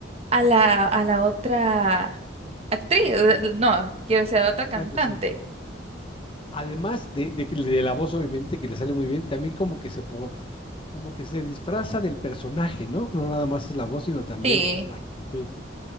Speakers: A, on the right; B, on the left.
A: a la, a la otra actriz, eh, no, quiero decir, a la otra
B: cantante,
A: cantante.
B: sí. Además de, de, que- de la voz, obviamente, que le sale muy bien, también como que se po- como que se disfraza del personaje, ¿no? No nada más es la voz, sino también
A: Sí.
B: la actitud.